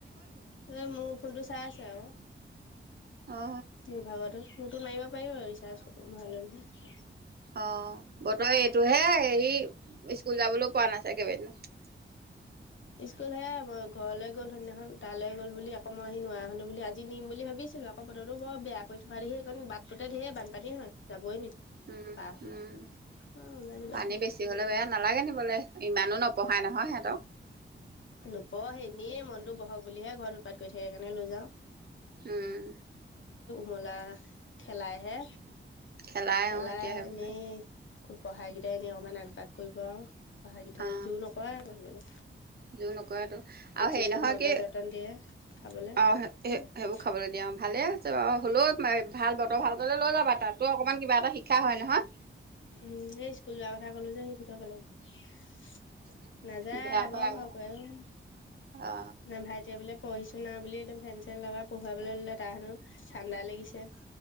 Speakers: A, on the left (about 75°); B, on the right (about 50°).
A: এ মোৰ ফুলটো চাই আছে আৰু
B: অ
A: মোৰ ভাগত নতুন মাৰিবা পাৰিব আৰু ৰিছাৰ্চ ভৰাইলৈ হয়
B: অঁ বতৰ এইটোহে হেৰি স্কুল যাবলৈ পোৱা নাছিল। <unintelligible>
A: স্কুল হে মই ঘৰলে গ'ল সৈদনাখন। তালে গ'ল বুলি আকো মই সি নোৱাৰা হলো বুলি আজি নিম বুলি ভাবিছিলোঁ আকো বতৰটো বৰ বেয়া কৰি থকা দেখি এইকন বাটটোতে ধেৰ বানপানী হয়। যাবই নি?
B: উম,
A: পাৰ হৈ
B: উম।
A: অ আজি
B: পানী
A: বাদ দে
B: বেছি হলে বেয়া, নালাগে নিবলে। ইমানো নপ পঢ়াই নহয় সিহঁতক।
A: নপঢ়ে এনেয়ে মনটো বহক বুলিহে ঘৰত উৎপাত কৰি থাকে কাৰণে লৈ যাওঁ।
B: উম।
A: মুলা খেলাইহে।
B: খেলাই
A: খেলা
B: অ এতিয়া সেইবোৰহে
A: এনেই খুব পঢ়া কিটাই এনে অকমান আগ তাক কৰিব আৰু। পঢ়া গিটাক
B: অ
A: জোৰ নকৰে পঢ়িবলে।
B: জোৰ নকৰে তো আৰু হেৰি
A: চিস্কুট
B: নহয়
A: মৰ্টন
B: কি
A: চৰ্টন দিয়ে খাবলৈ।
B: অ স - সে
A: উম
B: - সেইবোৰ খাবলে দিয়ে আৰু ভালে হৈছে বাউ হলেও <unintelligible> ভাল বতৰ ভাল গলে লৈ যাবা তাতটো অকমান কিবা এটা শিক্ষা হয় নহয়।
A: উম। এই স্কুল যোৱাৰ কথা কলো যে সেই <unintelligible> নাযায়
B: বেয়া পায়
A: বৰ ভয় কৰে অ'। <unintelligible>
B: অ
A: ভাইটিয়ে বোলে পঢ়িছো না বুলি একদম ফেন চেন লগাই পঢ়োৱাবলে ললে তাৰ হেনো ঠাণ্ডা লাগিছে।